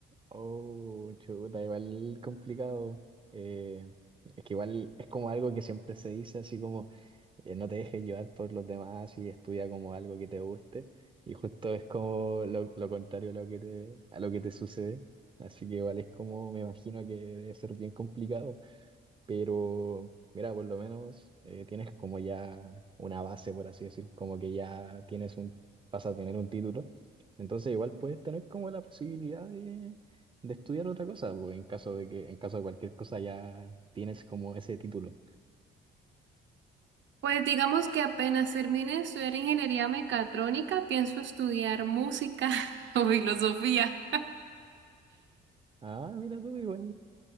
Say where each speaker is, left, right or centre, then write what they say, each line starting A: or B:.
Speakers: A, on the right; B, on the right.
A: Oh, chuta, igual complicado. Eh, es que igual es como algo que siempre se dice así como. eh, no te dejes llevar por los demás y estudia como algo que te guste. Y justo es como lo, lo contrario a lo que te, a lo que te sucede. Así que igual es como, me imagino que debe ser bien complicado, pero mira, por lo menos eh, tienes como ya una base, por así decir, como que ya tienes un, vas a tener un título. Entonces igual puedes tener como la posibilidad de, de estudiar otra cosa, pues, en caso de que, en caso de cualquier cosa ya tienes como ese título.
B: Pues digamos que apenas termine de estudiar ingeniería mecatrónica, pienso estudiar música <laughs> o filosofía.
A: Ah, mira tú, igual